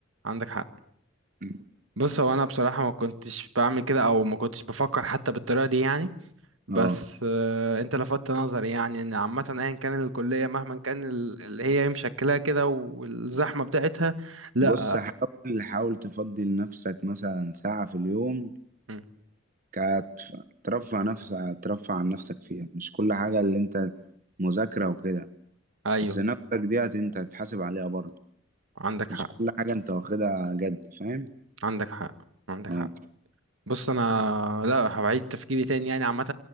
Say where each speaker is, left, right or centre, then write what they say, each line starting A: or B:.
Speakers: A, on the right (about 80°); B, on the right (about 40°).
A: عندك حق
B: مم.
A: بص هو انا بصراحه ما كنتش بعمل كده او ما كنتش بفكر حتى بالطريقه دي يعني بس
B: آه
A: آه، انت لفتت نظري يعني ان عامه ايا كان الكليه مهما كان ال- اللي هي مشكلاه كده والزحمه بتاعتها لا
B: بص حاول حاول تفضي لنفسك مثلا ساعة في اليوم
A: مم.
B: كتف- ترفع نفسك ترفع عن نفسك فيها مش كل حاجة اللي انت مذاكرة وكده
A: ايوه
B: بس نفسك دي هت- انت هتحاسب عليها برضه
A: عندك
B: مش
A: حق
B: كل حاجة انت واخدها جد فاهم
A: عندك حق عندك
B: اه
A: حق بص انا لا هبعيد تفكيري تاني يعني عامه